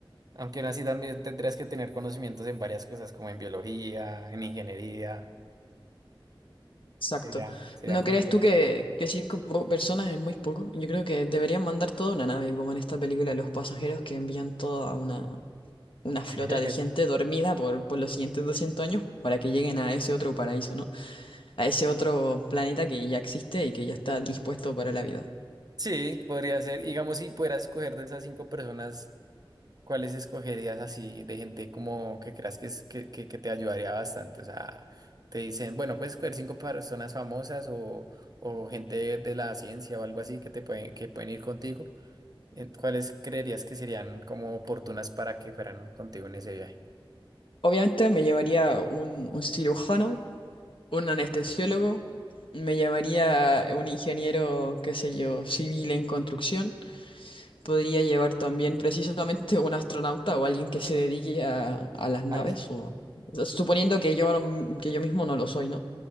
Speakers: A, on the right; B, on the left.
A: Aunque aún así también tendrías que tener conocimientos en varias cosas como en biología, en ingeniería.
B: Exacto.
A: Sería, sería
B: ¿No
A: complejo.
B: crees tú que, que cinco po- personas es muy poco? Yo creo que deberían mandar toda una nave, como en esta película Los Pasajeros, que envían toda una, una flota
A: <laughs>
B: de gente dormida por, por los siguientes 200 años para que lleguen a ese otro paraíso, ¿no? A ese otro planeta que ya existe y que ya está dispuesto para la vida.
A: Sí, podría ser, digamos, si pudieras escoger de esas cinco personas. ¿Cuáles escogerías así de gente como que creas que, es- que, que- que te ayudaría bastante? O sea, te dicen, bueno, puedes escoger cinco personas famosas o, o gente de la ciencia o algo así que te pueden, que pueden ir contigo. Eh, ¿Cuáles creerías que serían como oportunas para que fueran contigo en ese viaje?
B: Obviamente me llevaría un, un cirujano, un anestesiólogo, me llevaría un ingeniero, qué sé yo, civil en construcción. Podría llevar también precisamente un astronauta o alguien que se dedique a, a las naves,
A: A eso.
B: o, o sea, suponiendo que yo, no- que yo mismo no lo soy, ¿no?